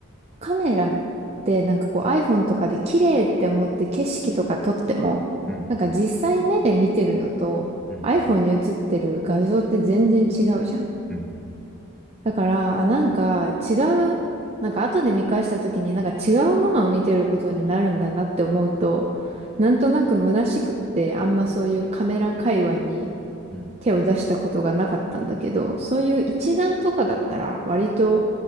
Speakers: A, on the right; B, in the centre.
A: カメラってなんかこう iPhone とかで綺麗って思って景色とか撮っても、
B: うん。
A: なんか実際目で見てるのと
B: うん。
A: iPhone に映ってる画像って全然違うじゃん。
B: うん。
A: だから、あ、なんか違う、なんか後で見返した時になんか違うものを見てることになるんだなって思うと、なんとなく虚しくってあんまそういうカメラ界隈に
B: うん。
A: 手を出したことがなかったんだけど、そういう一眼とかだったら割と、